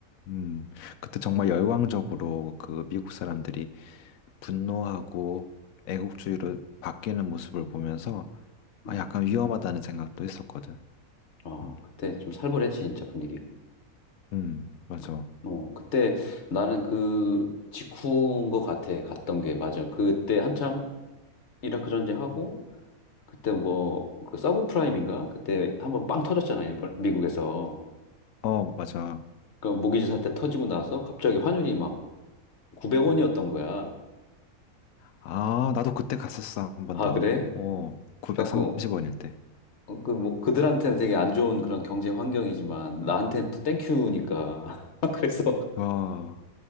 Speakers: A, on the left; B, on the left.
A: 음, 그때 정말 열광적으로 그 미국 사람들이 분노하고 애국주의로 바뀌는 모습을 보면서 아,
B: 음.
A: 약간 위험하다는 생각도 했었거든.
B: 아,
A: 음,
B: 그때 좀 살벌했지, 진짜 분위기가.
A: 음, 맞아.
B: 그- 어, 그때 나는 그 직후인 것 같아. 갔던 게 맞아. 그때 한참 이라크 전쟁하고 그때 뭐 그 서브프라임인가? 그때 한번 빵 터졌잖아. 일본 미국에서.
A: 어, 맞아.
B: 그 모기지 사태 터지고 나서 갑자기 환율이 막 900원이었던 거야.
A: 아, 나도 그때 갔었어. 한 번
B: 아,
A: 더.
B: 그래?
A: 어, 930원일
B: 갖고
A: 때.
B: 그 뭐 그들한테는 되게 안 좋은 그런 경제 환경이지만 나한테는 또 땡큐니까. <laughs> 그래서
A: 아,